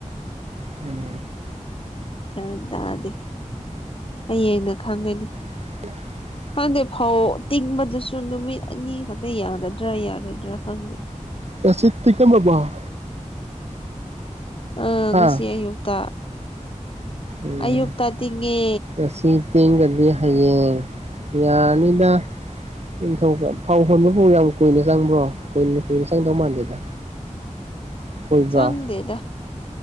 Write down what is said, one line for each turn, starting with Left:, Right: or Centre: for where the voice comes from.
Right: ꯉꯁꯤ
Left: ꯒ꯭ꯌꯥꯟ ꯇꯥꯗꯦ ꯍꯌꯦꯡꯅ ꯈꯪꯒꯅꯤ
Right: <unintelligible>
Left: ꯈꯪꯗꯦ ꯐꯧ ꯇꯤꯡꯕꯗꯨꯁꯨ ꯅꯨꯃꯤꯠ ꯑꯅꯤ ꯈꯛꯇ ꯌꯥꯒꯗ꯭ꯔꯥ ꯌꯥꯔꯣꯏꯗ꯭ꯔꯥ ꯈꯪꯗꯦ
Right: ꯉꯁꯤ ꯇꯤꯡꯉꯥꯝꯑꯕꫭ
Left: ꯑ
Right: ꯍꯥ
Left: ꯉꯁꯤ ꯑꯌꯨꯛꯇ
Right: ꯎꯝ
Left: ꯑꯌꯨꯛꯇ ꯇꯤꯡꯉꯦ
Right: ꯉꯁꯤ ꯇꯤꯟꯒꯗꯤ ꯍꯌꯦꯡ ꯌꯥꯅꯤꯗ ꯅꯤꯡꯊꯧ ꯐꯧ ꯍꯣꯟꯕꯕꯨꯥꯎ ꯌꯥꯝ ꯀꯨꯏꯅ ꯆꯪꯕ꯭ꯔꯣ ꯀꯨꯏꯅ ꯀꯨꯏꯅ ꯆꯪꯗꯧ ꯃꯥꯟꯗꯦꯗ ꯀꯨꯏꯕꯔꯦ
Left: ꯆꯪꯗꯦꯗ